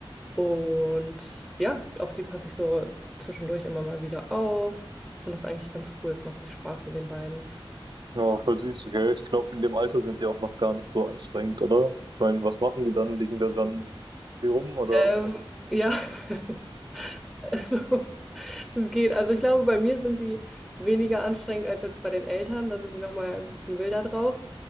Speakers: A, in the centre; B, on the right.
A: Und ja, auf die passe ich so zwischendurch immer mal wieder auf. Und das ist eigentlich ganz cool. Es macht richtig Spaß mit den beiden.
B: Ja, voll süß, okay. Ich glaube, in dem Alter sind die auch noch gar nicht so anstrengend, oder? Ich meine, was machen die dann? Liegen da dann hier rum, oder?
A: Ähm, ja, <laughs> also. Es geht. Also ich glaube, bei mir sind die weniger anstrengend als jetzt bei den Eltern. Da sind die nochmal ein bisschen wilder drauf.